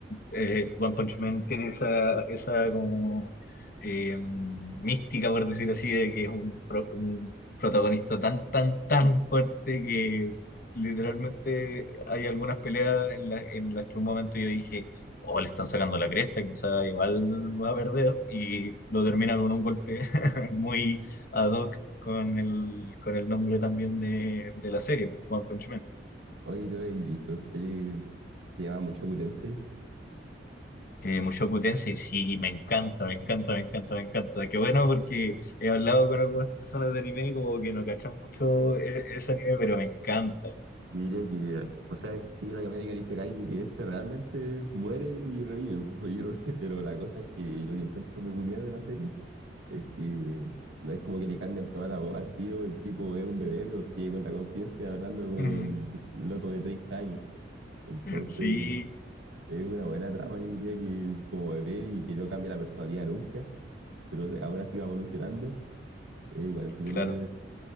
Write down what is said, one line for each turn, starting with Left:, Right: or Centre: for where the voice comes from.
Left: eh, One Punch Man tiene esa, esa como eh, mística, por decir así, de que es un, pro- un protagonista tan, tan, tan fuerte que literalmente hay algunas peleas en, la- en las que un momento yo dije, oh, le están sacando la cresta, quizá igual va a perder, y lo termina con un golpe <laughs> muy ad hoc con el, con el nombre también de, de la serie, One Punch Man.
Right: Oye, ¿tú has visto esa serie que se llama mucho Tensei?
Left: Eh, Mushoku Tensei, sí, me encanta, me encanta, me encanta, me encanta. Qué bueno porque he hablado con algunas personas de anime y como que no cachan mucho e- ese anime, pero me encanta.
Right: Diría que, o sea, sigue la temática del Isekai de que este realmente muere y revive, <laughs> pues, y re- <laughs> pero la cosa es que lo que encuentro peculiar de la serie es que no es como que le cambian toda la voz al tiro, el tipo es un bebé, pero sigue con la conciencia hablando como
Left: <laughs>
Right: el, el otro de 30 años. Entonces...
Left: Sí,
Right: Es una buena trama, yo diría que como bebé y que no cambia la personalidad nunca, pero aún así va evolucionando, es igual entretenido
Left: claro.
Right: de ver.